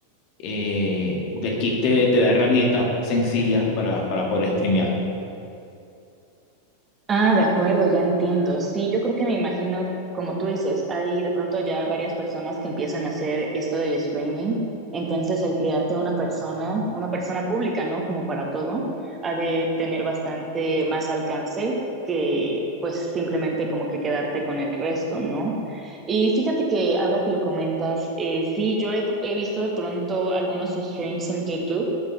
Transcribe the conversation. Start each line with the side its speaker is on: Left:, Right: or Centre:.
Left: eh, porque Kick te, te da herramientas sencillas para, para poder streamear.
Right: Ah, de acuerdo, ya entiendo. Sí, yo creo que me imagino, como tú dices, hay de pronto ya varias personas que empiezan a hacer esto del streaming. Entonces, el crearte una persona, una persona pública, ¿no? Como para todo, ha de tener bastante más alcance que pues simplemente como que quedarte con el resto, ¿no? Y fíjate que ahora que lo comentas, eh, sí, yo he, he visto de pronto algunos streams en YouTube